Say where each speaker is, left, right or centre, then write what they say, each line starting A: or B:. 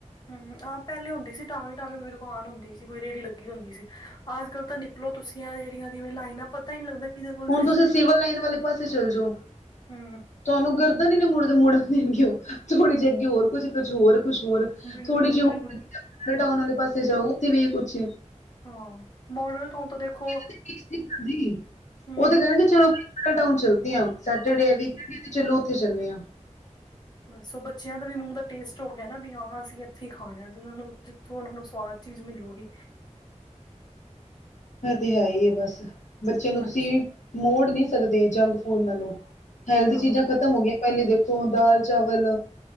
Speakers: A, on the left; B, on the left.
A: ਹਮ ਆਹ ਪਹਿਲੇ ਹੁੰਦੀ ਸੀ ਟਾਵੀ-ਟਾਵੀ ਕੋਈ ਦੁਕਾਨ ਹੁੰਦੀ ਸੀ, ਕੋਈ ਰੇੜੀ ਲੱਗੀ ਹੁੰਦੀ ਸੀ। ਅੱਜ-ਕੱਲ ਤਾਂ ਨਿਕਲੋ ਤੁਸੀਂ ਅਹ ਰੇੜੀਆ ਦੀਵੇਂ ਲਾਈਨਾਂ ਪਤਾ ਹੀ ਨੀ ਲੱਗਦਾ ਕਿਹਦੇ ਕੋਲ
B: ਹੁਣ
A: ਜਾਈਏ।
B: ਤੁਸੀਂ ਸਿਵਲ ਲਾਈਨ ਵਾਲੇ ਪਾਸੇ ਚੱਲ ਜਾਓ
A: ਹੂੰ,
B: ਤੁਹਾਨੂੰ ਗਰਦਾ ਹੀ ਨੀ ਮੁੜ ਦੇ ਮੁੜਨ ਦੇਗੇ ਉਹ ਥੋੜੀ ਜੀ ਅੱਗੇ ਹੋਰ ਕੁਛ-ਕੁਛ ਹੋਰ-ਕੁਛ ਹੋਰ
A: ਬਿਲਕੁਲ-ਬਿਲਕੁਲ।
B: ਥੋੜੀ ਜਿਹੀ ਉਹ ਮਾਡਲ ਟਾਊਨ ਵਾਲੇ ਪਾਸੇ ਜਾਓਥ ਵੀ ਕੁਛ ਐ।
A: ਹਾਂ ਮੋਡਲ ਟਾਊਨ ਤਾਂ ਦੇਖੋ
B: ਤੇ ਫੀਸ ਨਹੀਂ ਖਾਂਦੀ।
A: ਹੂੰ,
B: ਉਹ ਤਾਂ ਕਹਿਣਗੇ ਚਲੋ ਮਾਡਲ ਟਾਊਨ ਚੱਲਤੇ ਐ ਹਮ, ਸੈਟਰਡੇ
A: ਹਾਂ
B: ਆ ਵੀ ਕਹਿੰਣਗੇ ਚਲੋ ਉੱਥੇ ਚੱਲੇ ਆ।
A: ਬੱਸੋ ਬੱਚਿਆਂ ਦਾ ਮੂੰਹ ਦਾ ਟੇਸਟ ਹੋ ਗਿਆ ਨਾ ਵੀ ਹਾਂ ਅਸੀਂ ਇੱਥੇ ਹੀ ਖਾਣਾ ਜਿਹਨਾਂ ਨੂੰ ਜਿ ਥੋਂ ਉਹਨਾ ਨੂੰ ਸਵਾਦ ਚੀਜ਼ ਮਿਲੂਗੀ।
B: ਇਹ ਤੇ ਹੈ ਹੀ ਹੈ ਬਸ ਬੱਚੇ ਨੂੰ
A: ਹਾਂਜੀ,
B: ਤੁਸੀਂ ਮੋੜ ਨਹੀਂ ਸਕਦੇ ਜੰਕ ਫੂਡ ਨਾਲੋਂ ਹੈਲਦੀ
A: ਹਾਂ,
B: ਚੀਜ਼ਾਂ ਖਤਮ ਹੋ ਗਈਆਂ ਪਹਿਲੇ ਦੇਖੋ ਦਾਲ-ਚਾਵਲ